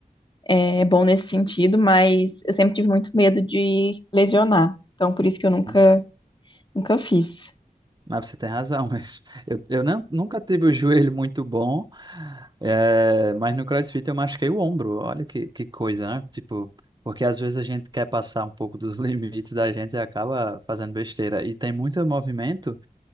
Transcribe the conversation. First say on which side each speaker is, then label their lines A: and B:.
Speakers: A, on the left; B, on the right.
A: é bom nesse sentido, mas eu sempre tive muito medo de lesionar. Então, por isso que eu
B: Sim.
A: nunca, nunca fiz.
B: Mas você tem razão, <laughs> mas eu, eu não, nunca tive o joelho muito bom, é, mas no CrossFit eu machuquei o ombro. Olha que, que coisa, né? Tipo, porque às vezes a gente quer passar um pouco dos <laughs> limites da gente e acaba fazendo besteira. E tem muito movimento